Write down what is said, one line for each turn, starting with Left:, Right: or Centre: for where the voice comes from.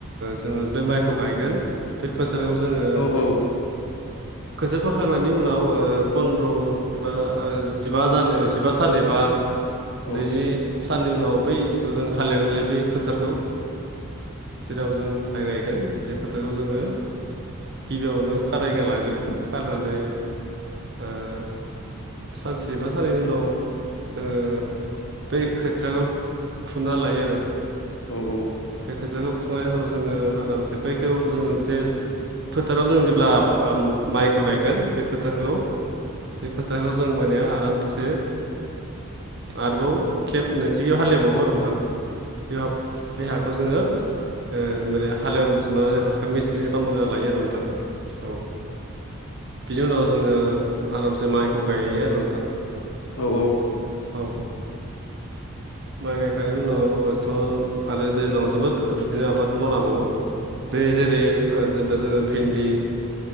Right: जोङो बै माइखौ गायगोन बे फोथाराव जोङो
Left: औ औ
Right: खोथिया फोखांनायनि उनाव ओ पन्द्र' एबा जिबा दान जिबा सान एबा
Left: औ
Right: नैजि साननि उनाव बैखौ जों हालेवनो जायो बै फोथारखौ, जेराव जों माइ गायगोन बे फोथारखौ जोङो गिबियावनो खारायना लाग्रोदों खारायनानै ओं सानसेबा साननैनि उनाव जोङो बै खोथियाखौ फुना लायो आरो।
Left: औ औ।
Right: बे खोथियाखौ फुखांनायनि उनाव जोङो आरामसे बैइखौ जोङो जे फोथाराव जों जेब्ला माइखौ गायगोन बे फोथारखौ बे फोथारखौ जों माने आरामसे आरोबाव खेब नैथि हालेबावो आरो नोंथां। बे हाब बे हाखौ जोङो माने हालेवजोबनानै हाखौ मिस मिस खालामग्रोना लायो आरो नोंथां औ बिनि उनाव जोङो आरामसे माइखौ गायो आरो नोंथां।
Left: औ औ।
Right: औ माइ गायखांनायनि उनावथ' आरो दैज्लांआव जोबोद बिदिनो आबाद मावनो हाबावो। बे जेरै जों दा जोङो भिन्दि